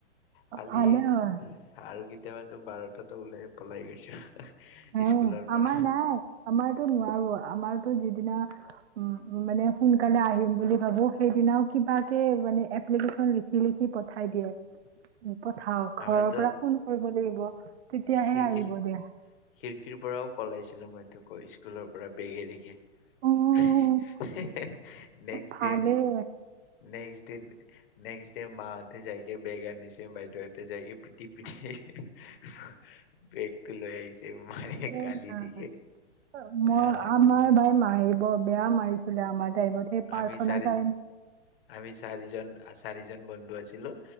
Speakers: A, on the left; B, on the right.
A: খালি
B: ভালে হয়
A: আৰু কেতিয়াবাতো বাৰত। তাতো ওলাই পলাই গৈছো।
B: হে,
A: স্কুলৰ পৰা
B: আমাৰ নাই আমাৰতো নোৱাৰো আমাৰতো। যিদিনা উম মানে সোনকালে আহিম বুলি ভাবো সেইদিনাও কিবাকে মানে এপ্লিকেচন লিখি লিখি পঠাই দিয়ে। পঠাও ঘৰৰ
A: আমাৰতো
B: পৰা ফোন কৰিব লাগিব। তেতিয়া
A: খিৰিকীৰ
B: হে আহিব, দিয়া।
A: খিৰিকীৰ পৰাও পলাইছিলো মইতো আকৌ স্কুলৰ পৰা বেগে দেগে।
B: অ',
A: হি হি হি নেক্স
B: ভালেই
A: ডে, নেক্স ডে। নেক্সট ডে, মাহঁতে যাইকে বেগ আনিছে বাইদেউহঁতে যাইকে পিটি -পিটি। বেগ। বেগ লৈ আহিছে। মাৰে
B: উ
A: গালি
B: মই
A: দিকে আহ
B: আমাৰ ভাই মায়ে ৰ বেয়া মাৰিছিলে আমাক। পঠিয়াই প্ৰাৰ্থনা
A: আমি চাৰি
B: টাইম।
A: আমি চাৰিজন চাৰিজন বন্ধু আছিলো।